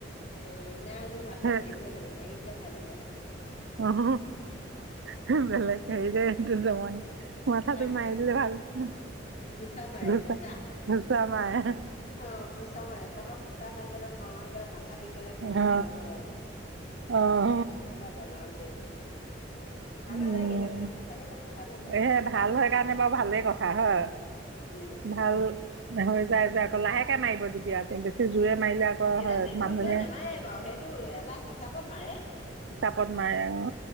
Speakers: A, on the left; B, on the right.
A: উম, নাই মোৰ মাথাটো
B: হে
A: মাৰিবই লাগিব। মাৰি দিলে ভাল হৈ যায়।
B: অ হ হ বলেগ হয় দে এইটো জমনি মাথাটো
A: তাকো
B: মাৰি
A: ঘুচা
B: দিলে ভাল হৈ যায়,
A: ঘুচা মাৰে
B: ঘোঁচা,
A: ঘুচা
B: ঘোঁচা মাৰা।
A: অ, ঘোঁচা মাৰে, কাৰোবাক ঘোঁচা মাৰিবলৈ মন গ'লে মাথা খাবিছ হলে
B: অ',
A: মোক জাৰিব লগাই দিয়ে
B: অ',
A: এনে কিবা বেমাৰ মোৰ এইটো। ভাল
B: উম,
A: হৈ যায় কিন্তু একদম সঁচাকে কৈছো ভাল হৈ যায়
B: এহে ভাল হয় কাৰণে বাৰু ভালেই কথা হয়।
A: উম
B: ভাল হৈ যায় যে, আকৌ লাহেকে মাৰিব দিবি আকৌ, আৰু বেছি জোৰে মাৰিলে আকৌ
A: এতিয়া
B: হয়
A: বেছি
B: মানুহজনীয়ে
A: জোৰত নামাৰে বাৰু, সেইটো এটা হিচাপত মাৰে।
B: হিচাপত মাৰে। অ